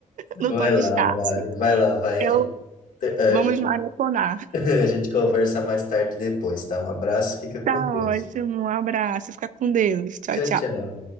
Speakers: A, on the left (about 85°); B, on the right (about 70°).
A: Vai
B: no Tony
A: lá,
B: Stark.
A: vai. Vai lá, vai.
B: Eu,
A: A gente, a
B: vamos
A: gente,
B: maratonar.
A: <laughs> a gente conversa mais tarde depois, tá? Um abraço, fica com
B: Tá
A: Deus.
B: ótimo, um abraço, fica com Deus. Tchau,
A: Tchau,
B: tchau.
A: tchau.